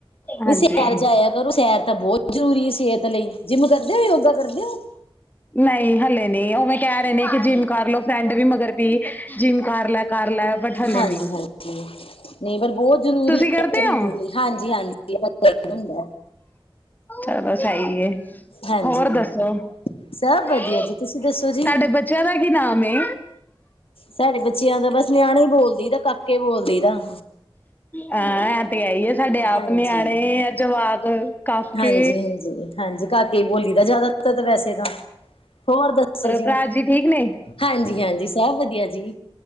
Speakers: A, on the left; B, on the left.
A: ਤੁਸੀਂ
B: ਹਾਂਜੀ
A: ਸੈਰ ਜਾਇਆ ਕਰੋ ਸੈਰ ਤਾਂ ਬਹੁਤ ਜ਼ਰੂਰੀ ਸਿਹਤ। ਲਈ ਜਿੰਮ ਕਰਦੇ ਹੋ ਯੋਗਾ ਕਰਦੇ ਹੋ
B: ਨਹੀ ਹਲੇ। ਨਹੀਂ ਉਹਵੇਂ ਕਹਿ ਰਹੇ ਨੇ ਕਿ ਜਿੰਮ ਕਰ ਲਓ ਫਰੈਂਡ ਵੀ ਮਗਰ ਪਈ ਜਿੰਮ ਕਰ ਲੈ ਕਰ ਲੈ। ਬਟ ਹਲੇ
A: ਹਾਂਜੀ
B: ਨਹੀਂ
A: ਹਾਂਜੀ। ਨਹੀਂ ਪਰ ਬਹੁਤ ਜ਼ਰੂਰੀ
B: ਤੁਸੀਂ
A: ਹੈ
B: ਕਰਦੇ
A: ਸਰੀਰ
B: ਹੋ
A: ਲਈ ਹਾਂਜੀ ਹਾਂਜੀ ਹੁੰਦਾ।
B: ਚਲੋ ਸਹੀ ਹੈ
A: ਹਾਂਜੀ
B: ਹੋਰ ਦੱਸੋ?
A: ਸਭ
B: ਤੁਹਾਡੇ
A: ਵਧੀਆ ਜੀ ਤੁਸੀਂ ਦੱਸੋ ਜੀ
B: ਬੱਚਿਆਂ ਦਾ ਕੀ ਨਾਮ ਹੈ?
A: ਸਾਡੇ ਬੱਚਿਆਂ ਦਾ ਬਸ ਨਿਆਣੇ ਹੀ ਬੋਲ ਦੀ ਦਾ ਕਾਕੇ ਬੋਲ ਦੀ ਦਾ।
B: ਹਾਂ ਐ ਤੇ ਹੈ ਹੀ ਹੈ ਸਾਡੇ ਆਪ
A: ਹਾਂਜੀ
B: ਨਿਆਣੇ ਆ ਜਵਾਕ। ਕਾਕੇ
A: ਹਾਂਜੀ ਹਾਂਜੀ ਹਾਂਜੀ ਕਾਕੇ ਹੀ ਬੋਲੀ ਦਾ ਜ਼ਿਆਦਾਤਰ ਤਾਂ ਵੈਸੇ ਤਾਂ। ਹੋਰ ਦੱਸੋ ਜੀ
B: ਭਰਾ ਠੀਕ ਨੇ
A: ਹਾਂਜੀ ਹਾਂਜੀ ਸਭ ਵਧੀਆ ਜੀ।